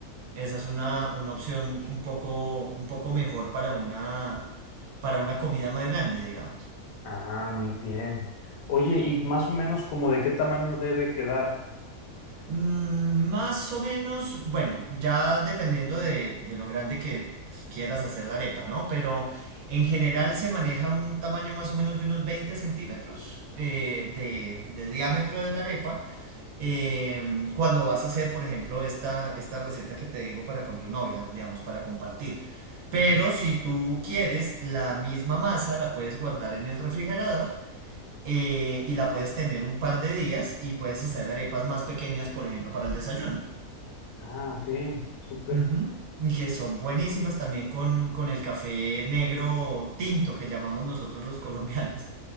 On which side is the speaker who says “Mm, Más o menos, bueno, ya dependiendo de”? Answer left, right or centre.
Right